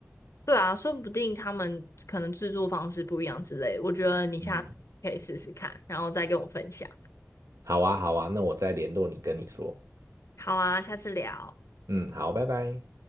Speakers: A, on the left; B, on the right.
A: 对啊，说不定他们可能制作方式不一样之类，我觉得你下次可以试试看，
B: 嗯，
A: 然后再跟我分享。
B: 好啊好啊，那我再联络你跟你说。
A: 好啊，下次聊。
B: 嗯，好，拜拜。